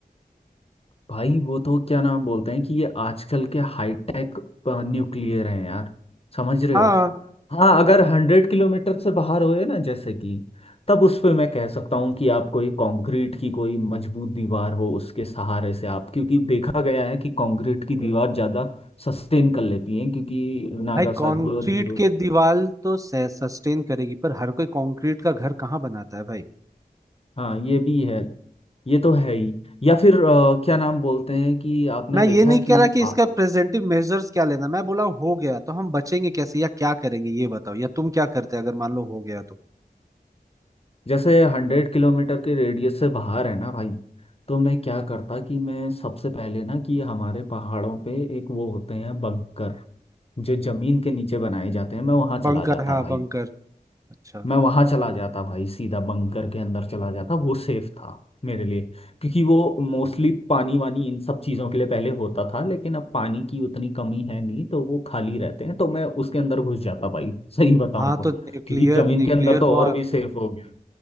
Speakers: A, on the left; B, on the right.
A: भाई वो तो क्या नाम बोलते हैं कि ये आजकल के हाईटेक न्यूक्लियर हैं यार समझ रहे
B: हाँ
A: हो हाँ अगर हंड्रेड किलोमीटर से बाहर होए ना जैसे कि तब उस पे मैं कह सकता हूँ कि आप कोई कंक्रीट की कोई मजबूत दीवार हो उसके सहारे से आप क्योंकि देखा गया है कि कंक्रीट की दीवार ज़्यादा सस्टेन कर लेती है क्योंकि नागासाकी
B: भाई कंक्रीट
A: और हीरो
B: के दीवार तो सस्टेन करेगी पर हर कोई कंक्रीट का घर कहाँ बनाता है भाई
A: हाँ ये भी है ये तो है ही या फिर अ, क्या नाम बोलते हैं कि आपने
B: मैं
A: देखा
B: ये नहीं
A: है कि
B: कह रहा कि
A: पा-
B: इसका प्रेजेंटिव मेजर्स क्या लेना मैं बोला हो गया तो हम बचेंगे कैसे या क्या करेंगे ये बताओ या तुम क्या करते अगर मान लो हो गया तो
A: जैसे हंड्रेड किलोमीटर के रेडियस से बाहर है ना भाई तो मैं क्या करता कि मैं सबसे पहले ना कि हमारे पहाड़ों पे एक वो होते हैं बंकर जो जमीन के नीचे बनाए जाते हैं मैं वहां चला
B: बंकर
A: जाता
B: हाँ
A: भाई
B: बंकर अच्छा
A: मैं वहां चला जाता भाई सीधा बंकर के अंदर चला जाता वो सेफ था मेरे लिए क्योंकि वो मोस्टली पानी वानी इन सब चीजों के लिए पहले होता था लेकिन अब पानी की उतनी कमी है नहीं तो वो खाली रहते हैं तो मैं उसके अंदर घुस जाता भाई सही बताऊं
B: हाँ
A: तो
B: तो न्यूक्लियर
A: क्योंकि जमीन
B: न्यूक्लियर
A: के अंदर तो
B: वॉर
A: और भी सेफ हो गया